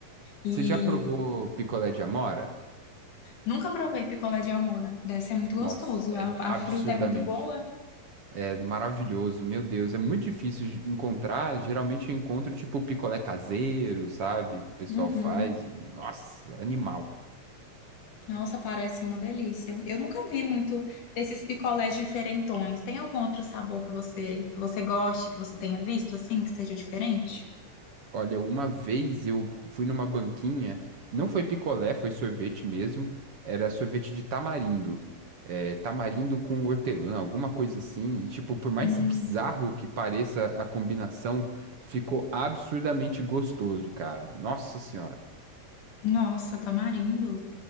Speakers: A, on the left; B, on the right.
A: E
B: Você já provou picolé de amora?
A: nunca provei picolé de amora. Deve ser muito
B: Nossa,
A: gostoso.
B: é
A: A, a
B: absurdamente.
A: fruta é muito boa.
B: É maravilhoso, meu Deus, é muito difícil de encontrar. Geralmente eu encontro tipo picolé caseiro, sabe? Que o pessoal
A: Uhum.
B: faz e nossa, animal.
A: Nossa, parece uma delícia. Eu nunca vi muito desses picolés diferentões. Tem algum outro sabor que você que você goste, que você tenha visto assim, que seja diferente?
B: Olha, uma vez eu fui numa banquinha, não foi picolé, foi sorvete mesmo. Era sorvete de tamarindo, é, tamarindo com hortelã, alguma coisa assim. E tipo, por mais
A: Hum.
B: bizarro que pareça a combinação, ficou absurdamente gostoso, cara. Nossa senhora.
A: Nossa, tamarindo.